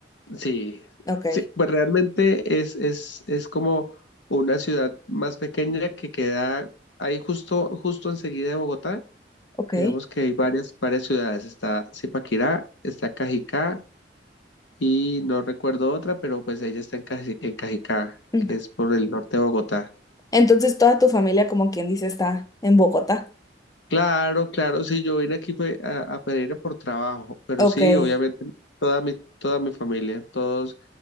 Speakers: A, on the left (about 85°); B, on the left (about 20°).
A: Sí,
B: Ok,
A: sí, pues realmente es, es, es como una ciudad más pequeña que queda ahí justo, justo enseguida de Bogotá.
B: ok.
A: Digamos que hay varias, varias ciudades. Está Zipaquirá, está Cajicá y no recuerdo otra, pero pues ella está en, Caji- en Cajicá,
B: Mm.
A: que es por el norte de Bogotá.
B: Entonces toda tu familia, como quien dice, está en Bogotá.
A: Claro, claro, sí, yo vine aquí fue a, a Pereira por trabajo, pero
B: Ok.
A: sí,
B: Ay,
A: obviamente toda mi, toda mi familia, todos